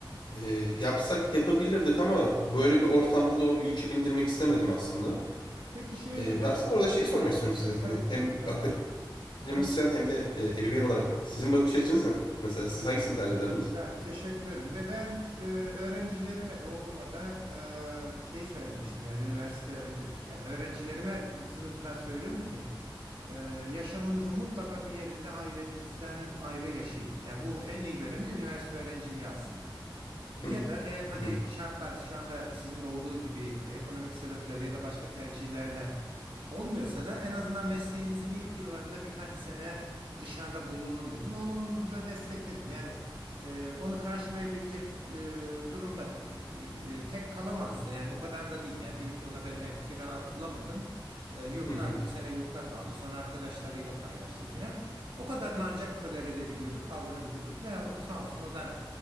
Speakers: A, on the left; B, on the right.
A: e, yapsak yapabilirdik ama böyle
B: anladım.
A: bir ortamda da o yükü bindirmek istemedim aslında.
B: Peki şeye
A: E,
B: ne diyorsun?
A: ben aslında orada şeyi sormak
B: Pardon.
A: istiyorum size.
B: Ha,
A: Hani
B: tabii ki.
A: hem
B: Tabii.
A: akademisyen
B: Ha, dinliyorum.
A: hem de e, ebeveyn olarak sizin bakış açınız ne? Mesela siz hangisini tercih ederdiniz?
B: Ya teşekkür ederim. Ve ben e, öğrencilerime de oğluma da e, şey söylemiştim yani üniversite önce yani öğrencilerime sınıftan söylüyorum ki e, yaşamınızı mutlaka bir yerinde ailenizden ayrı yaşayın. Yani bu en iyi dönemi de üniversite öğrenciliği aslında. Ya
A: Hı
B: da eğer hani
A: hı
B: şartlar şu anda sizin de olduğu gibi ekonomik sebeplerle ya da başka tercihlerle olmuyorsa da en azından mesleğinizin ilk yıllarında birkaç sene dışarıda bulunun dedim. Oğlum da destekledim. Yani e, onu karşılayabilecek e, durumdaydık. E, e, tek kalamazdı yani o kadar da değil. Yani gidip de ona ben ev kiralamadım. E, yurtta
A: hı hı,
B: bir sene yurtta kaldı. Sonra arkadaşlarıyla paylaştı filan. O kadarını ancak tolere edebiliyorduk, kaldırabiliyorduk ve sağ olsun o da